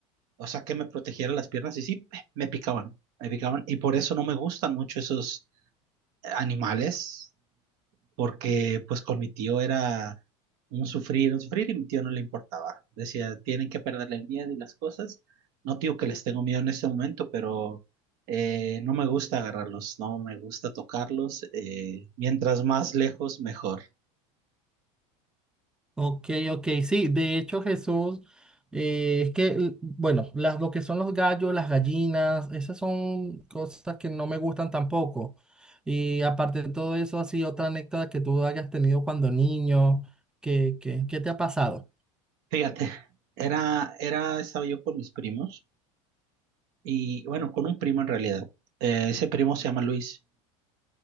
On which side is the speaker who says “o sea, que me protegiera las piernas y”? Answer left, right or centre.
Right